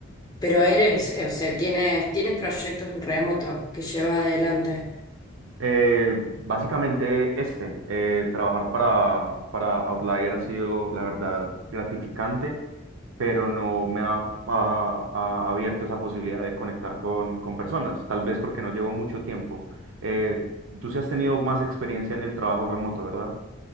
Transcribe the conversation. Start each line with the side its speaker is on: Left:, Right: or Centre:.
Left: Pero eres, eh, o sea, tienes, tienes proyectos en remoto que llevas adelante.
Right: Eh, básicamente este, eh, trabajar para, para Outlier ha sido, la verdad, gratificante, pero no me ha, ha- ha abierto esa posibilidad de conectar con, con personas, tal vez porque no llevo mucho tiempo. Eh, tú sí has tenido más experiencia en el trabajo remoto, ¿verdad?